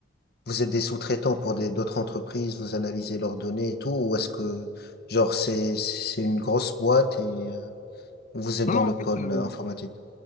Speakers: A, on the left (about 60°); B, on the left (about 40°).
A: vous êtes des sous-traitants pour des, d'autres entreprises, vous analysez leurs données et tout, ou est-ce que, genre, c'est, c'est une grosse boîte et euh, vous êtes
B: Non,
A: dans
B: non,
A: le
B: en fait,
A: pôle
B: euh,
A: euh, informatique?